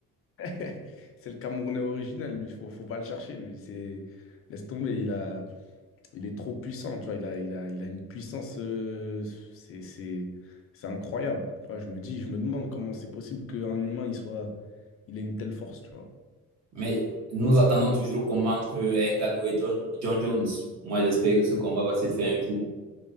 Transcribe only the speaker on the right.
mais nous attendons toujours le combat entre Ngannou et John, John Jones. Moi, j'espère que ce combat va se faire un jour.